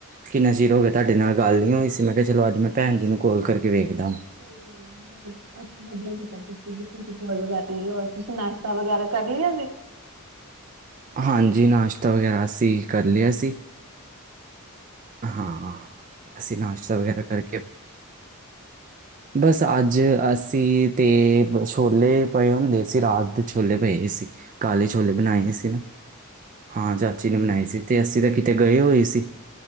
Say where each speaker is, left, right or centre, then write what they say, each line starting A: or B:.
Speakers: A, on the right; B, on the right.
A: ਕਿੰਨਾ ਚਿਰ ਹੋ ਗਿਆ ਤਾਡੇ ਨਾਲ ਗੱਲ ਨੀ ਹੋਈ ਸੀ ਮੈਂ ਕਿਆ ਚਲੋ ਅੱਜ ਮੈਂ ਭੈਣ ਜੀ ਨੂੰ ਕੋਲ ਕਰਕੇ ਵੇਖਦਾ ਵਾ।
B: ਕੋਈ ਗੱਲ ਨੀ ਵਧੀਆ ਕੀਤਾ ਤੁਸੀ, ਤੁਸੀਂ ਕੋਲ ਕਰ ਲਈ ਓ ਤੁਸੀਂ ਨਾਸ਼ਤਾ ਵਗੈਰਾ ਕਰ ਲਿਆ ਜੇ।
A: ਹਾਂਜੀ ਨਾਸ਼ਤਾ ਵਗੈਰਾ ਅਸੀਂ ਕਰ ਲਿਆ ਸੀ। ਹਾਂ ਅਸੀਂ ਨਾਸ਼ਤਾ ਵਗੈਰਾ ਕਰਕੇ ਬਸ ਅੱਜ ਅਸੀਂ ਤੇ ਛੋਲੇ ਪਏ ਹੁੰਦੇ ਸੀ ਰਾਤ ਦੇ ਛੋਲੇ ਪਏ ਸੀ। ਕਾਲੇ ਛੋਲੇ ਬਣਾਏ ਸੀ ਨਾ, ਹਾਂ ਚਾਚੀ ਨੇ ਬਨਾਏ ਸੀ ਤੇ ਅਸੀਂ ਤੇ ਕਿਤੇ ਗਏ ਹੋਏ ਸੀ।